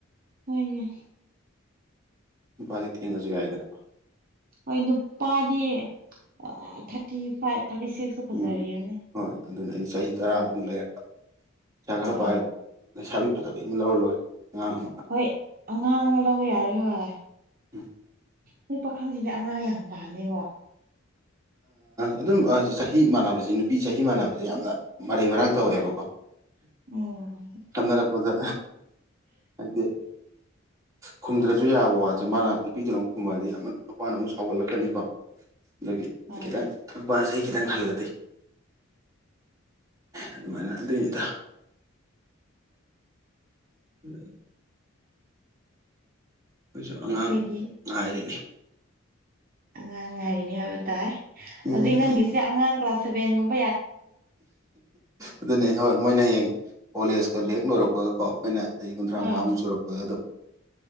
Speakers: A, on the right; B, on the right.
A: ꯍꯣꯏꯅꯦ
B: ꯅꯨꯄꯥꯗꯤ ꯊꯦꯡꯉꯁꯨ ꯌꯥꯏꯗꯅꯀꯣ
A: ꯍꯣꯏ ꯅꯨꯄꯥꯗꯤ ꯊꯥꯔꯇꯤ ꯐꯥꯏꯚ ꯊꯥꯔꯇꯤ ꯁꯤꯛꯁꯇ ꯐꯖꯔꯤꯅꯦ
B: ꯎꯝ ꯍꯣꯏ ꯑꯗꯨꯅ ꯑꯩ ꯆꯍꯤ ꯇꯔꯥꯃꯨꯛ ꯂꯩꯔꯒ ꯄꯩꯁꯥ ꯈꯔ
A: ꯍꯣꯏ
B: ꯄꯥꯏꯔꯒ ꯂꯩꯁꯥꯕꯤ ꯐꯖꯕ ꯑꯃ ꯂꯧꯔ ꯂꯣꯏꯔꯦ ꯑꯉꯥꯡ ꯑꯃ
A: ꯍꯣꯏ ꯑꯉꯥꯡ ꯑꯃ ꯂꯧꯕ ꯌꯥꯔꯦ ꯍꯣꯏ
B: ꯎꯝ
A: ꯁꯤ ꯄꯥꯈꯪꯁꯤꯗꯤ ꯑꯉꯥꯡ ꯌꯥꯝ ꯄꯥꯅꯦꯀꯣ
B: ꯑꯗꯨꯝ ꯆꯍꯤ ꯃꯥꯟꯅꯕꯁꯤ ꯅꯨꯄꯤ ꯆꯍꯤ ꯃꯥꯟꯅꯕꯁꯦ ꯌꯥꯝꯅ ꯃꯔꯩ ꯃꯔꯥꯡ ꯇꯧꯋꯦꯕꯀꯣ
A: ꯎꯝ
B: ꯈꯟꯅꯔꯄꯣꯖꯥ ꯍꯥꯏꯦ ꯈꯨꯝꯗ꯭ꯔꯁꯨ ꯌꯥꯕ ꯋꯥꯠꯁꯦ ꯃꯥꯅ ꯅꯨꯄꯤꯗꯨꯅ ꯑꯃꯨꯛ ꯈꯨꯝꯃꯗꯤ ꯑꯃ ꯅꯨꯄꯥꯅ ꯑꯃꯨꯛ ꯁꯥꯎꯒꯠꯂꯛꯀꯅꯤꯀꯣ ꯑꯗꯨꯒꯤ
A: ꯍꯣꯏ
B: ꯈꯤꯇꯪ ꯅꯨꯄꯥ ꯆꯍꯤ ꯈꯤꯇꯪ ꯍꯜꯂꯗꯤ ꯑꯗꯨꯃꯥꯏꯅ ꯑꯗꯨꯗ ꯀꯩꯅꯠꯇ ꯎꯝ ꯑꯩꯈꯣꯏꯁꯨ ꯑꯉꯥꯡ
A: ꯑꯩꯈꯣꯏꯗꯤ
B: ꯉꯥꯏꯔꯤꯅꯤ
A: ꯑꯉꯥꯡ ꯉꯔꯤꯅꯤ ꯍꯥꯏꯕ ꯇꯥꯏ
B: ꯎꯝ
A: ꯍꯧꯖꯤꯛ ꯅꯪꯒꯤꯁꯦ ꯑꯉꯥꯡ ꯀ꯭ꯂꯥꯁ ꯁꯦꯚꯦꯟꯒꯨꯝꯕ
B: ꯑꯗꯨꯅꯦ ꯍꯣꯏ ꯃꯣꯏꯅ ꯍꯌꯦꯡ ꯀꯣꯂꯦꯖꯀ ꯂ ꯍꯦꯛ ꯂꯣꯏꯔꯛꯄꯒꯀꯣ ꯑꯩꯈꯣꯏꯅ ꯆꯍꯤ ꯀꯨꯟꯊ꯭ꯔꯥ ꯃꯉꯥꯃꯨꯛ
A: ꯑꯥ
B: ꯆꯨꯔꯛꯄꯒ ꯑꯗꯨꯝ